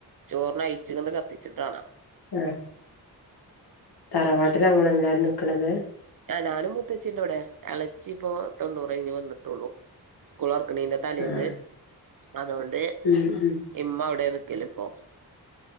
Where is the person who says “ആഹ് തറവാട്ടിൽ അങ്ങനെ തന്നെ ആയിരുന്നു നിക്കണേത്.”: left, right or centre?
Left